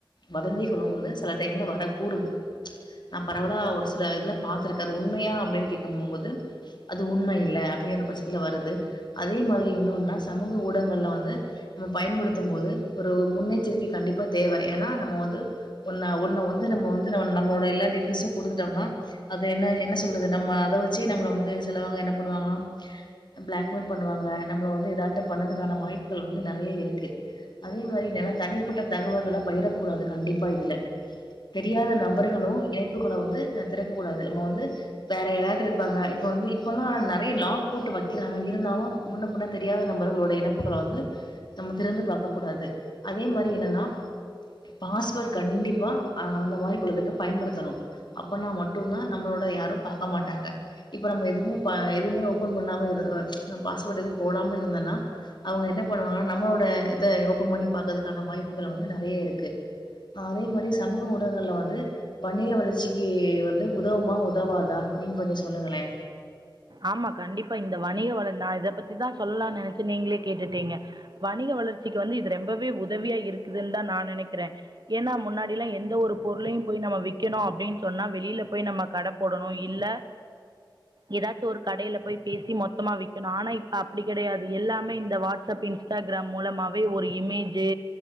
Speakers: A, on the left; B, on the right.
A: வதந்திகளு வந்து சில டைம்ல வரக்க கூடுது நா பரவலா ஒரு சில இதுல பா்த்துருக்க அது உண்மையா அப்டின்னு கேட்க போம்போது அது உண்ம இல்ல அப்படிங்கற பட்சத்துல வருது அதே மாதிரி இன்னுன்னா சமூக ஊடகங்ள்ல வந்து நம்ம பயன்படுத்தும் போது ஒரு முன்னெச்சரிக்கை கண்டிப்பா தேவ ஏன்னா நம்ம வந்து ஒன்னா ஒன்ன வந்து நம்ம வந்து ந நம்மளோட எல்லா டீட்டெயல்ஸு குடுத்துடோம்னா கொடுத்துட்டோம்னா அத என்ன என்ன சொல்றது நம்ம அத வச்சு நம்மள வந்து செலவாங்க என்ன பண்ணுவாங்கனா பிளாக்மெயில் பண்ணுவாங்க நம்மள வந்து எதாவது பண்ணதுக்கான வாய்ப்புகள் வந்து நறைய இருக்கு அதே மாதிரி என்னன்னா தனிப்பட்ட தகவல்கள பயிரக் கூடாது கண்டிப்பா இதுல தெரியாத நபர்களு இணைப்புகளு வந்து அ திறக்கக் கூடாது நம்ம வந்து வேற யரட்டருப்பாங்க இப்ப வந்து இப்போல்லா நறைய லாக் போட்டு வ க்கிறாங்க இருந்தாலு முன்ன புன்ன தெரியாத நம்பர்களோட இணைப்புகள வந்து நம்ம திறந்து பாக்க கூடாது அதே மாதிரி என்னன்னா பாஸ்வேர்ட் கண்டிப்பா அ அந்த மாரி உள்ளதுக்கு பயன்படுத்தணு அப்பனா மட்டும்தா நம்மளோட யாரு பாக்க மாட்டாங்க இப்ப நம்ம எதுமே ப எதுமே ஓபன் பண்ணாம இரு பாஸ்வேர்ட் எது போடாம இருந்தன்னா அவங்க என்ன பண்ணுவாங்கன்னா நம்மளோட இத ஓப்பன் பண்ணி பாக்கறதுக்கான வாய்ப்புகள் வந்து நெறைய இருக்கு அதே மாரி சமூக ஊடகங்கள்ல வந்து வணிக வளர்ச்சிக்கு வந்து உதவுமா உதவாதா நீங் கொஞ்ச சொல்லுங்களே
B: ஆமா கண்டிப்பா இந்த வணிக வள நா இத பத்திதா சொல்லான் நெனச்சே நீங்ளே கேட்டுட்டீங்க வணிக வளர்ச்சிக்கு வந்து இது ரெம்பவே உதவியா இருக்குதுன் தா நா நெனக்கிற ஏனா முன்னாடில்லா எந்த ஒரு பொருளையு போய் நம்ம விக்கணு அப்டின் சொன்னா வெளில போய் நம்ம கட போடணு இல்ல ஏதா ஒரு கடைல போயி பேசி மொத்தமா விக்கணு ஆனா இப்ப அப்டி கெடையாது எல்லாமே இந்த வாட்ஸ்அப் இன்ஸ் டாகிராம் மூலமாவே ஒரு இமேஜு